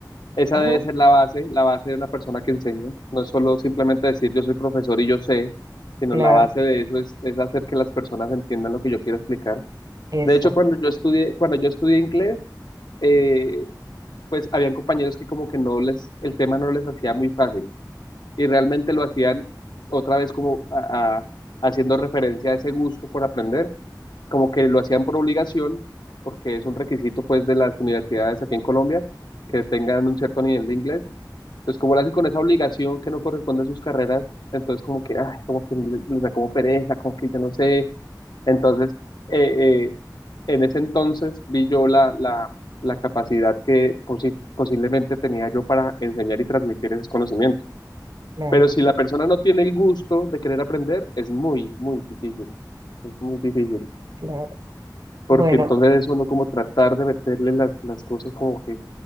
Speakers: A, on the left (about 70°); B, on the right (about 60°).
A: esa
B: Ajá,
A: debe ser la base, la base de una persona que enseña. No es solo simplemente decir yo soy profesor y yo sé, sino
B: claro.
A: la base de eso es, es hacer que las personas entiendan lo que yo quiero explicar.
B: Exacto,
A: De hecho, cuando yo estudié, cuando yo estudié inglés, eh, pues habían compañeros que como que no les, el tema no les hacía muy fácil y realmente lo hacían otra vez como a- a- haciendo referencia a ese gusto por aprender como que lo hacían por obligación, porque es un requisito pues de las universidades aquí en Colombia, que tengan un cierto nivel de inglés. Entonces, como lo hacen con esa obligación que no corresponde a sus carreras, entonces como que, ay, como que les, les da como pereza, como que yo no sé. Entonces, eh, eh, en ese entonces vi yo la, la, la capacidad que posi- posiblemente tenía yo para enseñar y transmitir esos conocimientos.
B: claro,
A: Pero si la persona no tiene el gusto de querer aprender, es muy, muy difícil. Es muy difícil
B: claro.
A: porque
B: Bueno,
A: entonces es uno como tratar de meterle las, las cosas como que,